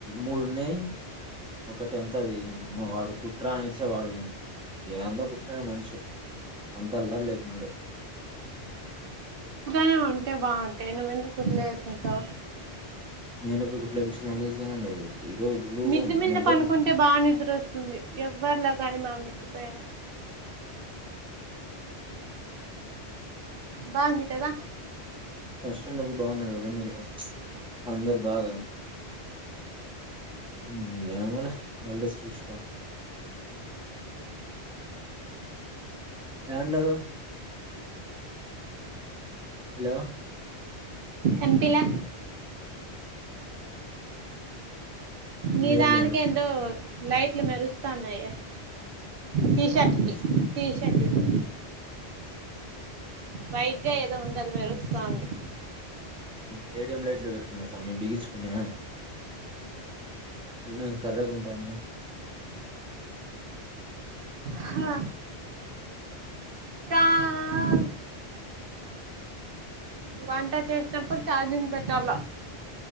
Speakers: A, in the centre; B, on the right (about 65°).
A: మూడున్నాయి ఒకటి అంత అది వాడు కుట్ర అని ఇచ్చే వాడు ఎంతో కుట్టనే మనిషి అంత అలరు లేపన్నాడు
B: నే ఉంటే బాగుంటాే ను్వెందు కుద్లేస్తుంటా
A: నేనప్పుడు కుట్లు ఎపిచుకునా లుజగా ఉండయి కదా ఇప్పుడు ఈ రోజు లూజ్
B: మిదిమిల్ద
A: ఉంది నువ్వు ఈ రోజు
B: పనుకుంటే బాగా నిద్ర వస్తుంది వ్వర్లో కానీ మామ్మిదిపోయానా బగుంది కదా
A: ఫస్టండ్ లో బాగున్నారు కదా మీరు అందరు బాగా ఉమ్ ఎమో హాలిడేస్ చూసుకోండి ఎక్కడ ఉండావ్ హలో
B: విన్పిలా నీ
A: లేరు
B: దానికి
A: లేరు
B: ఎంతో లైట్లు మెరుస్తున్నయ్ టీషర్ట్కి
A: నా దానికి
B: టూడు వైట్ గా ఏదో ఉంద అది మెరుస్తోంది
A: ఉమ్ మేడియం లైట్ పెట్టుకున్నా సామీ బిగించుకున్నా నేను కర్రెగుంటాను
B: హా చాగు వంట చేసినప్పుడు ఛార్జింగ్ పెట్టాల